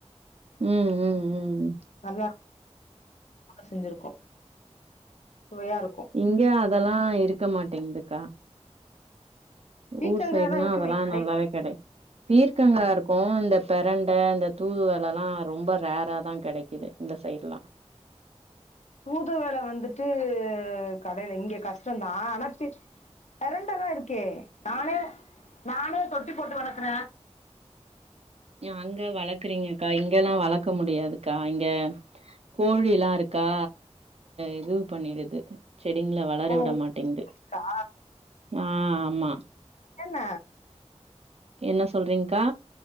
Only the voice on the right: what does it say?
ம் ம் ம்
இங்க அதெல்லா இருக்க மாட்டேங்குதுக்கா
ஊர் சைடுனா
அதெல்லா
நல்லாவே கெடை பீர்க்கங்காருக்கூ இந்த பெரண்ட இந்த தூதுவலல்லா ரொம்ப ரேராதா கெடைக்குது இந்த சைட்லா
அங்க வளக்கறீங்கக்கா இங்கெல்லா வளக்க முடியாதுக்கா அங்கே கோழில்லா இருக்கா இதுவ் பண்ணிடுது செடிங்ல வளர
விட மாட்டிங்து
ஆ ஆமா
என்ன சொல்றீங்க்கா